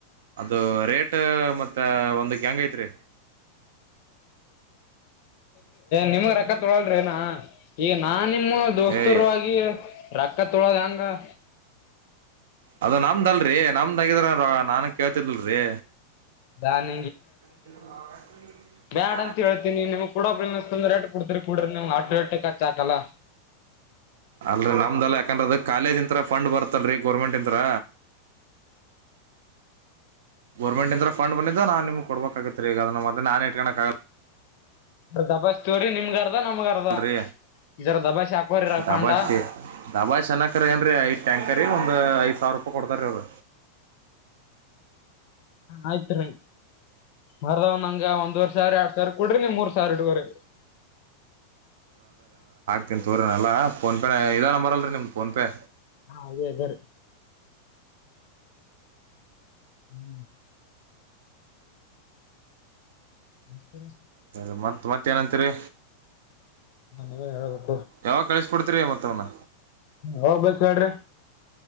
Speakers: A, on the right (about 55°); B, on the left (about 45°).
A: ಅದು ರೇಟ್ ಮತ್ತೆ ಒಂದಕ್ಕ ಹೆಂಗ್ ಐತ್ರಿ.
B: ನಿಮಗ ರಾ ತೊಳಳ್ರ ಏನ ಈಗ ನಾ ನಿಮ್ಮ ದೋಸ್ತರು
A: ಏಯ್
B: ಆಗಿ ರೊಕ್ಕ ತೊಳೋದ ಹೆಂಗ <inaudible>
A: ಅದ ನಮ್ದಲ್ರರಿ ನಮ್ದಗಿದ್ರ ನಾನನ್ ಕೇಳ್ತಿದಲ್ರರಿ
B: ದಾನ
A: <unintelligible>
B: ಬ್ಯಾಡ ಅಂತ ಹೇಳ್ತೀನಿ ನಿಮ್ಗ್ ಕೂಡ ಅನ್ಸ್ತಂದ್ರೆ ರೇಟ್ ಕೊಡ್ತರಿ ಕೂಡ್ರಿ ನಿಮ್ ಆಟೋ ರೇಟ್ ಕಚ್ಚ ಹಾಕಲ್ಲ
A: ಅಲ್ ನಮ್ದಲ್ಲ ಯಾಕಂದ್ರೆ ಅದು ಕಾಲೇಜ್ ಇಂತ ಅತ್ರ ಫಂಡ್ ಬರ್ತಲ್ರರಿ ಗೋರ್ಮೆಂಟ್ ಇಂದ್ರ ಗೋರ್ಮೆಂಟ್ಂದ ಫಂಡ್ ಬಿದ್ದೆ ನಾನ್ ನಿಮ್ ಕೊಬೇಕಾಗತ್ತತ್ರಿ ಈಗದ ಮತ್ತೆ ನನ್ ಇಟ್ಕ ಆಗಲ್ಲ.
B: ದಬಾಸ್ತೀವ್ರರಿ ನಿಮ್ಗ ಅರ್ಧ ನಮ್ಗ ಅರ್ಧ
A: ಲ್ರಿ
B: ಇದರ ದಬಾಸಿ ಹಾಕೋರಿ
A: ದಬಾಸಿ
B: ಪಾಂಡ
A: ದಬಾಸಿ ಅನ್ನಕರೇ ಏನ್ರಿ ಐಟ್ಯಾಂಕ್ ಕರಿ ಒಂದ್ ಐದ್ ಸಾವಿರ ರೂಪಾಯಿ ಕೊಡ್ತಾರ ಅವದ
B: ಆಯ್ತ್ ರೀ ಹ ದಾವ ನಂಗ ಒಂದ್ವರ್ ಸಾವಿರ ಎರಡ್ ಸಾವಿರ ಕೊಡ್ರಿ ನೀವ ಮೂರ್ ಸಾವಿರ ಇಟ್ಕೋರಿ.
A: ಕಿ ತೋರಿನಲ್ಲ ಫೋನ್ ಪೇ ಇದೇ ನಂಬರಲ್ಲರಿ ನಿಮ್ಮ್ದ ಫೋನ್ಪೇ.
B: ಹಾ ಇದೆ ಇದೇರಿ. ಹ್ಮ್. ನಮಸ್ಕಾರ.
A: ಸರಿ ಮತ್ತ್ ಮತ್ತ ಏನಂತೀರಿ.
B: ನೀವ ಹೇಳಬೇಕ.
A: ಯಾವಾಗ ಕಳಿಸಕೋಡ್ತರಿ ಮತ್ತವನ್ನ
B: ಹೋಗ್ಬೇಕು ಹೇಳ್ರಿ.